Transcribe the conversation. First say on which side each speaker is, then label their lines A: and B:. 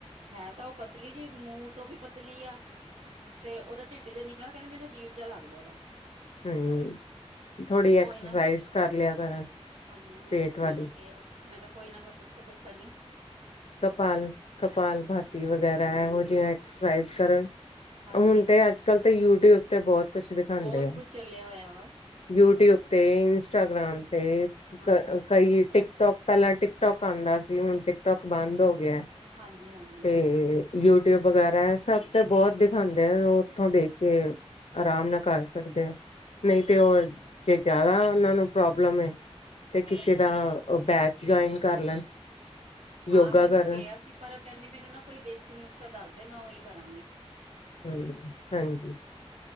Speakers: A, on the right; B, on the left.
A: ਹੈ ਤਾਂ ਉਹ ਪਤਲੀ ਜੀ ਮੂੰਹ ਤੋਂ ਵੀ ਪਤਲੀ ਆ ਤੇ ਉਹਦਾ ਢਿੱਡ ਜਿ ਨਿਕਲ ਕਹਿੰ ਮੈਨੂੰ ਜੀਵ ਜਹਾ ਲੱਗਦਾ ਵਾ
B: ਹਮ ਥੋੜ੍ਹੀ
A: ਮੈਂ ਕੋਈ
B: ਐਕਸਰਸਾਈਜ਼
A: ਨਾ
B: ਕਰ ਲਿਆ ਕਰਨ
A: ਹਾਂਜੀ ਮੈਂ
B: ਪੇਟ ਵਾਲੀ
A: ਮੈਨੂੰ ਕਿਹਾ ਮੈਂ ਕਿਹਾ ਕੋਈ ਨਾ ਮੈਂ ਪੁੱਛ ਕੇ ਦੱਸਾਂਗੇ
B: ਕਪਾਲ ਕਪਾਲ ਭਾਤੀ ਵਗੈਰਾ ਹੈ ਉਹ ਜਿਵੇ ਐਕਸਰਸਾਈਜ਼ ਕਰਨ
A: ਹਾਂਜੀ
B: ਹੁਣ ਤੇ ਅੱਜ ਕਲ ਤਾਂ ਯੂਟਿਊਬ ਤੇ ਬਹੁਤ ਕੁਛ ਦਿਖਾਉਂਦੇ
A: ਬਹੁਤ
B: ਆ
A: ਕੁਝ ਚੱਲਿਆ ਹੋਇਆ ਵਾ
B: ਯੂਟਿਊਬ ਤੇ ਇੰਸਟਾਗ੍ਰਾਮ ਤੇ
A: ਹਾਂਜੀ
B: ਕਈ ਟ ਟਿਕ ਟਟੋਕ ਪਹਿਲਾਂ ਟਿਕਟੋਕ ਆਉਂਦਾ ਸੀ ਹੁ ਟਿਕਟੋਕ ਬੰਦ ਹੋ ਗਿਆ
A: ਹਾਂਜੀ ਹਾਂਜੀ
B: ਤੇ ਯੂਟਿਊਬ ਵਗੈਰਾ ਹੈ ਸਭ ਤੇ ਬਹੁਤ ਦਿਖਾਉਂਦੇ ਆ ਉਹ ਉਥੋਂ ਦੇਖ ਕੇ ਆਰਾਮ ਨਾਲ ਕਰ ਸਕਦੇ ਆ ਨਹੀਂ ਤੇ ਉਹ ਜੇ ਜ਼ਿਆਦਾ ਉਹਨਾਂ ਨੂੰ ਪ੍ਰੋਬਲਮ ਹੈ ਤੇ
A: ਹਾਂਜੀ
B: ਕਿਸੇ ਦਾ ਉਹ ਬੈਸ ਜੁਆਇਨ ਕਰ ਲੈਣ
A: ਹਾਂ
B: ਯੋਗਾ
A: ਮੈਂ
B: ਕਰਨ
A: ਉਹਨੂੰ ਕਿਹਾ ਸੀ ਪਰ ਕਹਿੰਦੇ ਮੈਨੂੰ ਨਾ ਕੋਈ ਦੇਸੀ ਨੁਸਾ ਦੱਸਦੇ ਮੈਂ ਉਹੀ ਕਰਾਂਗੀ
B: ਹਮ ਹਾਂਜੀ